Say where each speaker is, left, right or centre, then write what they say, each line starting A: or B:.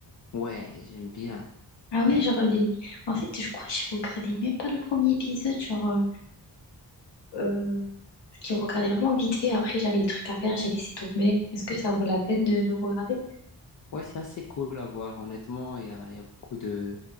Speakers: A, on the left (about 45°); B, on the left (about 75°).
A: ouais, j'aime bien.
B: Ah ouais, genre, les... en fait, je crois que j'ai regardé même pas le premier épisode, genre, euh, euh, je l'ai regardé vraiment vite fait, après j'avais des trucs à faire, j'ai laissé tomber. Est-ce que ça vaut la peine de le regarder?
A: Ouais, c'est assez cool à voir. Honnêtement, il y a, il y a beaucoup de,